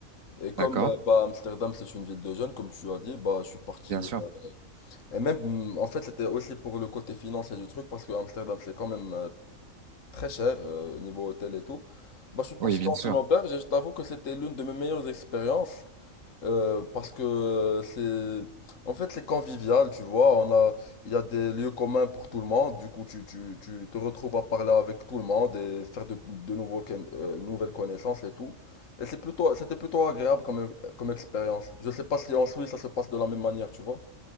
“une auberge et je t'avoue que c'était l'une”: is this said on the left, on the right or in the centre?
Left